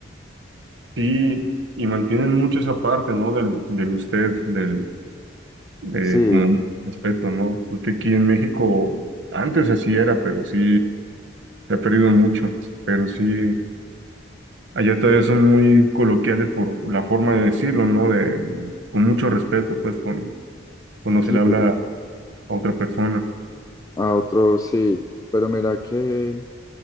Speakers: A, on the right; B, on the left.
A: Sí, y mantienen mucho esa parte, ¿no? Del, del usted, del, de,
B: Sí,
A: como respeto, ¿no? Porque aquí en México antes así era, pero sí se ha perdido mucho, pero sí, allá todavía son muy coloquiales por la forma de decirlo, ¿no? De, con mucho respeto, pues, con, cuando
B: sí,
A: se le habla
B: pe-
A: a otra persona.
B: a otros sí, pero mira que...